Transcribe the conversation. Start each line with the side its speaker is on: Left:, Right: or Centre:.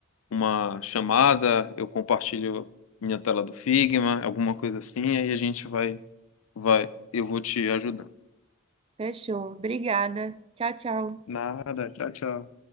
Left: uma chamada, eu compartilho minha tela do Figma, alguma coisa assim, aí a gente vai, vai, eu vou te ajudando.
Right: Fechou. Obrigada. Tchau, tchau.
Left: Nada, tchau, tchau.